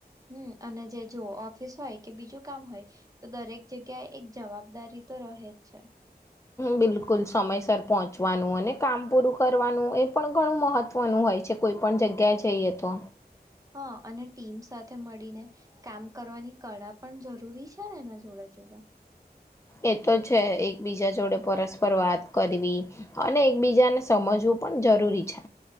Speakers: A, on the right; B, on the left.
A: હમ અને જે જોઓ ઓફિસ હોય કે બીજું કામ હોય તો દરેક જગ્યાએ એક જવાબદારી તો હોય જ છે.
B: બિલકુલ સમયસર પહોંચવાનું અને કામ પૂરું કરવાનું એ પણ ઘણું મહત્વનું હોય છે કોઈ પણ જગ્યાએ જઈએ તો
A: હા અને ટીમ સાથે મળીને કામ કરવાની કળા પણ જરૂરી છે ને એના જોડે જોરે
B: એ તો છે એકબીજા જોડે પરસ્પર વાત કરવી અને એકબીજાને સમજવું પણ જરૂરી છે.